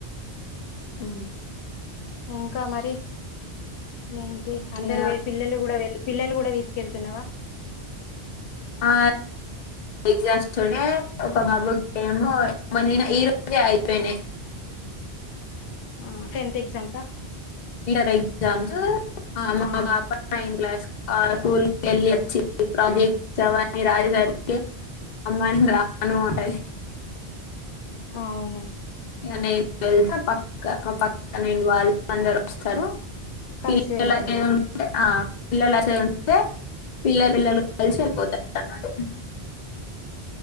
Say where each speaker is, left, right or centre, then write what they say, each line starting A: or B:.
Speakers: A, on the left; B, on the left.
A: హ్మ్మ్ ఇంకా మరి ఏంటి అందరూ
B: ఇక,
A: పిల్లలు కూడా పిల్లలు కూడా తీసుకెళ్తున్నావా
B: ఆ ఎగ్జామ్స్నే <unintelligible> ఒక బాబుకి <unintelligible> ఏమో ఈరోజే అయిపోయినాయి
A: ఆ టెన్త్ ఎక్జామ్స్ ఆ
B: ఇ ఎగ్జామ్ మా
A: ఆ
B: పాప నైన్ క్లాస్ ఆ స్కూల్ కి వెళ్ళి అచ్చి ఆ ప్రోజెక్ట్వని రాసేసరికే అమ్మాయిని రాను అంటది
A: అవును
B: ఇక నేను వెళ్తా పక్క పక్క నేను వాళ్ళ అందరు వస్తారు
A: కలిసి
B: పిల్లల
A: వెళ్తారేమో
B: అే ఉంటే ఆ పిల్లలు ఆసు <unintelligible> పిల్ల పిల్లలు కలిసి వెళ్ళిపోతారు అనమాట